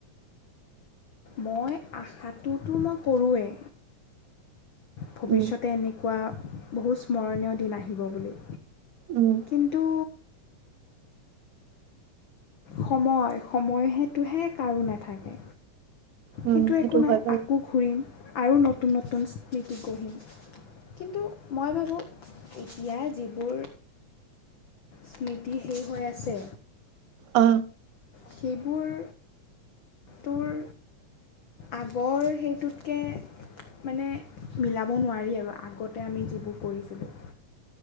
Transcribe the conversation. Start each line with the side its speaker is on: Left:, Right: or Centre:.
Left: মই আশাটোতো মই কৰোঁৱেই। ভৱিষ্যতে
Right: উম,
Left: এনেকুৱা বহু স্মৰণীয় দিন আহিব বুলি।
Right: উম,
Left: কিন্তু সময় সময় সেতটোহে কাৰো নাথাকে।
Right: উম,
Left: কিন্তু
Right: সেইটো
Left: একো নাই
Right: হয় বাৰু।
Left: আকৌ ঘূৰিম। আৰু নতুন নতুন স্মৃতি গঢ়িম কিন্তু মই ভাবোঁ এতিয়া যিবোৰ স্মৃতি শেষ হৈ আছে।
Right: অ।
Left: সেইবোৰ তোৰ আগৰ সেইটোতকৈ মানে মিলাব নোৱাৰি আৰু আগতে আমি যিবোৰ কৰিছিলোঁ।